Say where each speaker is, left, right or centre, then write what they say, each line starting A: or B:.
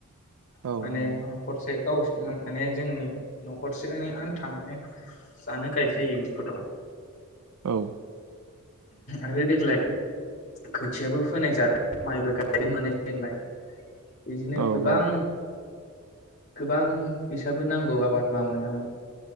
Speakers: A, on the right (about 80°); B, on the left (about 45°).
A: औ
B: माने
A: नंगौ
B: न'खरसे <inaudible> माने जोंनि न'खरसेनि आन्था माने जानो गायखायो बेखौथ'।
A: औ।
B: आरो देग्लाय खोथियाबो फोनाय जादों माइबो गायगोन माने देग्लाय। इदिनो
A: औ
B: गोबां
A: औ
B: गोबां फैसाबो नांगौ आबाद मावनायाव।